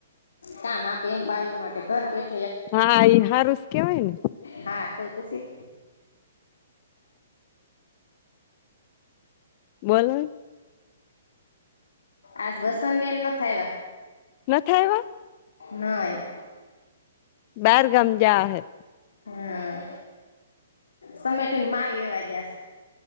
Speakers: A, on the left; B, on the left.
A: કામ આપે એમ બાયુ માટે ઘર બેઠા
B: હા એઈ હારૂસ કેવાય ને.
A: હા તો પછી.
B: બોલો.
A: આજ વસંત બેન ન થ એવા.
B: નાથ આવ્યા.
A: નાઈ.
B: બારગામ જા હ.
A: હમ્મ સમેટીને માલ લેવા જશ.